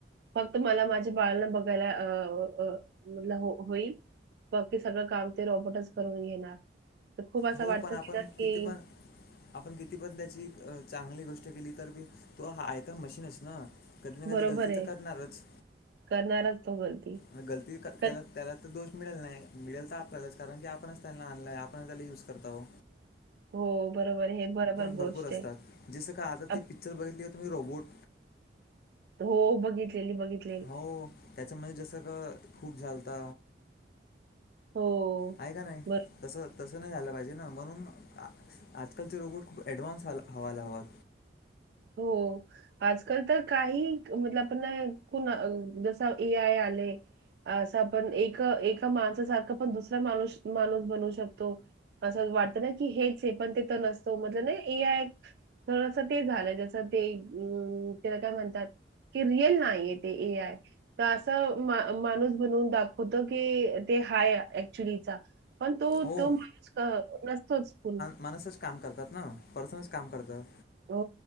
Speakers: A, on the right; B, on the left.
A: फक्त मला माझ्या बाळाला बघ बघायला अ अ <unintelligible> होईल. बकी सगळं काम ते रोबोटच करून घेणार. तर खूप असं
B: हो,
A: वाटत
B: पण आपण
A: की की
B: किती पण आपण किती पण त्याची अ चांगली गोष्ट केली तर बी तो आहे तर मशीनच ना? कधी ना
A: बरोबर
B: कधी गलती
A: आहे.
B: तर करणारच
A: करणारच तो गलती.
B: म गलती क
A: कट
B: त्याला त्याला तर दोष मिळेल नाय. मिळेल तर आपल्यालाच कारण की आपणच त्यांना आणलाय आपणच त्यांना यूज करताव.
A: हो बरोबर, हे बरोबर
B: भरपूर
A: गोष्ट
B: असतात
A: आहे.
B: जसं का आता
A: अप
B: ते पिक्चर बघितली होती मी रोबोट
A: हो बघितलेली बघित
B: हो त्याच्यामध्ये जसं का खूप झालता.
A: हो.
B: हाय का नाही? तसं तसं नाही झाल पाहिजे ना, म्हणून आ आजकालचे रोबोट खूप ॲडव्हान्स हाल हवायला हवत.
A: हो. आजकाल तर काही <unintelligible> आपण ना कोण अ जस ए आय आले असं आपण एक, एका माणसा सारखा पण दुसरा माणू माणूस बनवू शकतो असंच वाटतं ना की हेच आहे पण ते तर नसतो म्हटल नइ ए आय थोडस तेच झालय. जस ते उ तेला काय म्हणतात की रियल नाही आहे ते. ए आय तर अस मा माणूस बनवून दाखवतो की ते हाय एक्च्युलीचा पण तो,
B: हो
A: तो माणूस क नसतोच कुणी
B: माणूसच काम करतात ना? पर्सनच काम करतात.
A: ओ